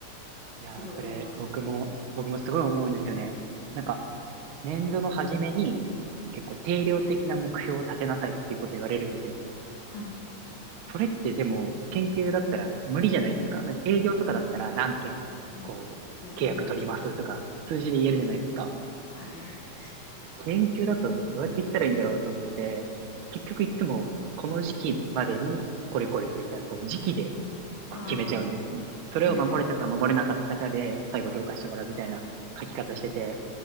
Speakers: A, on the right; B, on the left.
A: <laughs> いやー、
B: すごい思います。
A: それ、僕も、僕もすごい思うんですよね。なんか、年度の初めに、結構定量的な目標を立てなさいっていうこと言われるんですよ。
B: はい。うん
A: それってでも、研究だったら無理じゃないですか。なんか営業とかだったら何件、
B: うんうん
A: こう、契約取りますとか、数字で言えるじゃないですか。
B: はいはい。
A: 研究だとどうやって言ったらいいんだろうと思って、結局いつもこの時期までにこれこれするみたいな、こう時期でこう決めちゃうんですよね。
B: ああ、
A: それを守れたか守れなかったかで最後評価してもらうみたいな書き方してて、
B: はい。